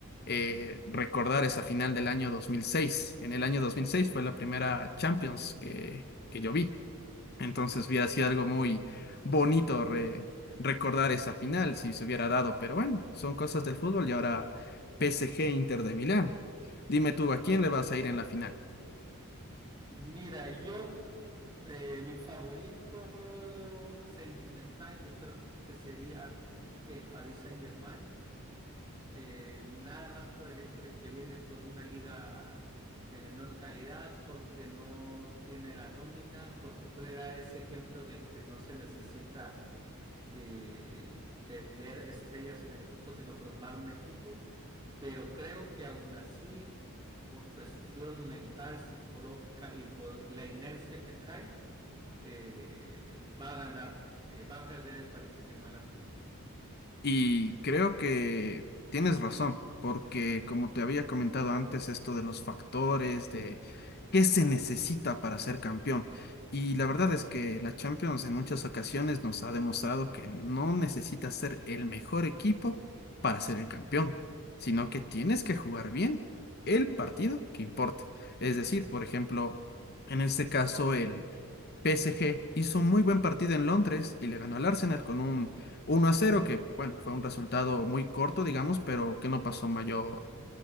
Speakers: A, on the left; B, on the right.
A: eh, recordar esa final del año dos mil seis En el año 2006 fue la primera Champions que, que yo vi. Entonces
B: Ajá.
A: hubiera sido algo muy bonito re- recordar esa final si se hubiera dado, pero bueno, son cosas del fútbol y ahora PSG Inter de Milán. Dime tú, ¿a quién le vas a ir en la final?
B: Mira, yo, eh, mi favorito sentimental, yo creo que sería el Paris Saint-Germain, eh, nada más por el hecho de que viene por una liga de menor calidad, porque no tiene la nómina, porque puede dar ese ejemplo de que no se necesita eh, tener estrellas en el equipo, sino formar un equipo, pero creo que aún así, por cuestión mental, psicológica y por la inercia que trae, eh, va a ganar, eh, va a perder el Paris Saint-Germain la final.
A: Y creo que tienes razón, porque como te había comentado antes, esto de los factores, de qué se necesita para ser campeón. Y la verdad es que la Champions en muchas ocasiones nos ha demostrado que no necesitas ser el mejor equipo para ser el campeón, sino que tienes que jugar bien el partido que importa. Es decir, por ejemplo, en este caso, el PSG hizo un muy buen partido en Londres y le ganó al Arsenal con un 1 a 0, que bueno, fue un resultado muy corto, digamos, pero que no pasó mayor,